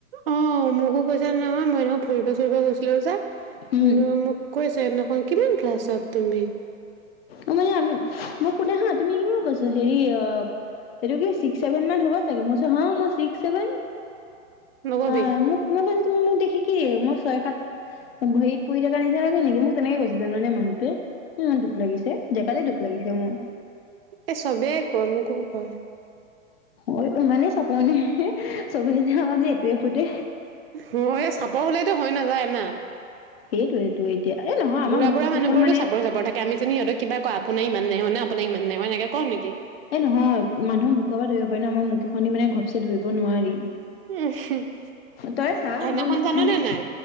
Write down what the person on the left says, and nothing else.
উম
অ মানে মোক সোধে হা তুমি কি কৈছ হেৰি অ সেইটো চিক্স চেভেন মান হ'ব চাগে মই হা মই চিক্স চেভেন
অ মোক মই কৈছো তুমি মোক দে কি মই ছয় সাত ভৰিত পৰি থাকা নিচিনা লাগে নেকি মোক তেনেকে কৈছে জাননে মানুহটোৱে ইমান দুখ লাগিছে জেকাতে দুখ লাগিছে মোৰ
অ ইমানেই চপনে চবে যে আমাক যে এইটোৱে সোধে
সেইটোৱেটো এতিয়া এ নহয় আমাৰ
মুখ
কেইখন
মানে
এ নহয় মানুহৰ মুখৰ পৰা ধৰিব পাৰি ন আমাৰ মুখ খনেদি মানে ঘপচে ধৰিব নোৱাৰি
তই চা
আমাৰ মুখ
খনি